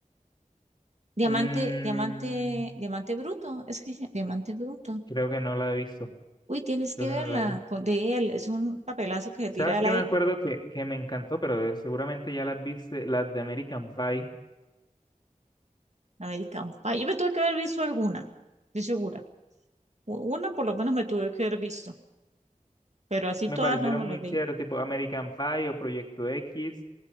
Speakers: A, on the right; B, on the left.
A: Diamante,
B: Mm,
A: diamante, diamante bruto. Es que <laughs> se- diamante bruto.
B: creo que no la he visto,
A: Uy, tienes
B: creo
A: que
B: que
A: verla
B: no la he visto.
A: con, de él. Es un papelazo que se
B: ¿Sabes
A: tira él
B: qué
A: ahí.
B: me acuerdo que, que me encantó, pero seguramente ya las viste, las de American Pie,
A: American Pie. Yo me tuve que haber visto alguna, estoy segura. U- Una por lo menos me tuve que haber visto, pero así
B: me
A: todas
B: parecieron
A: no me las
B: muy
A: vi.
B: chéveres, tipo American Pie o Proyecto X,